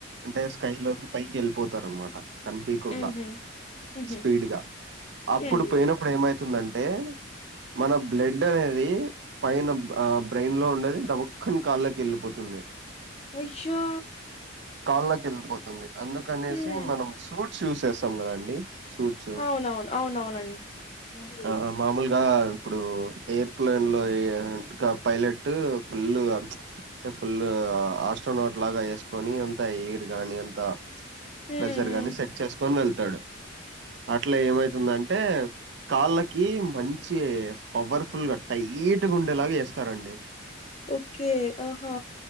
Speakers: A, on the right (about 60°); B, on the left (about 30°).
A: అంటే స్కైలోకి పై కేళిపోతారన్మాట కనిపికుండా
B: హుహు. హుహు.
A: స్పీడ్ గా అప్పుడు
B: హ్మ్.
A: పోయినప్పుడు ఏమైతే తుందంటే మన బ్లడ్ అనేది పైన బ్రెయిన్ లో ఉండేది దబుక్కన కాళ్ళకి ఎళ్ళిపోతుంది
B: ఆయ్యో
A: కాళ్ళకేల్ పో తన్ని అందుకనేసి
B: హ్మ్.
A: మనం సూట్ చూసేస్తాం కదండి సూట్స్
B: అవునవును. అవునవునండి. హ్మ్.
A: ఆ మామూలుగా ఇప్పుడు ఎయిర్ ప్లేన్ లో ఏ హ్ పైలట్ ఫుల్ గా అంటే ఫుల్ ఆస్ట్రోనోట్ లాగా వేసుకొని ఎయిర్ గాని అంత
B: హ్మ్.
A: ప్రెజర్ గాని సెట్ చేసు తొన్ వెళ్తాడు అట్లా ఏమైతుందంటే అంటే కాళ్ళకి మంచి పవర్ఫుల్ గా టైట్ గుండెలాగా వేస్తారండి
B: ఓకే ఆహా